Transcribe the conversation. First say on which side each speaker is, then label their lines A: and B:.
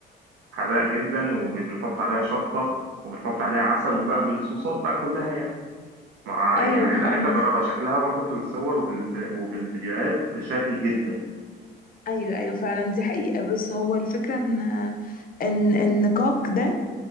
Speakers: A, on the right; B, on the left.
A: حراق جدا وبنحط عليها شطة وبنحط عليها عسل وبقى بالصوصات بقى كلها يعني مع
B: ايوه
A: يعني عايز
B: م-
A: عايز
B: أم-
A: اجربها شكلها برضو في الصور وفي ال- وفي الفيديوهات شهي جدا
B: ايوه ايوه فعلا دي حقيقة بس هو الفكرة ان ان النقاق ده